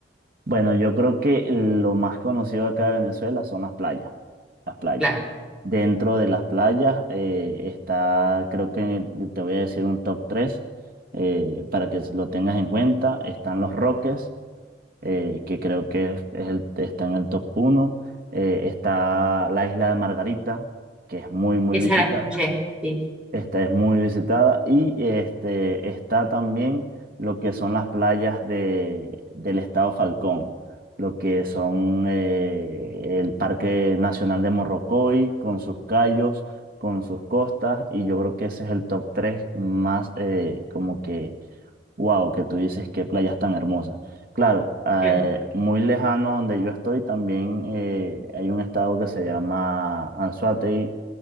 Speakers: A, on the right; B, in the centre.
A: Bueno, yo creo que lo más conocido acá de Venezuela son las playas, las playas.
B: Claro,
A: Dentro de las playas eh, está, creo que te voy a decir un top 3 eh, para que lo tengas en cuenta. Están Los Roques, eh, que creo que es, es el- está en el top uno. Eh, está la isla de Margarita, que es muy, muy
B: esa
A: visitada.
B: la escuché, sí.
A: Esta es muy visitada y este, está también lo que son las playas de, del estado Falcón, lo que son eh, el Parque Nacional de Morrocoy, con sus cayos, con sus costas, y yo creo que ese es el top 3 más eh, como que Wow, que tú dices qué playas tan hermosas. Claro, eh,
B: Bien.
A: muy lejano donde yo estoy también eh, hay un estado que se llama Anzoátegui,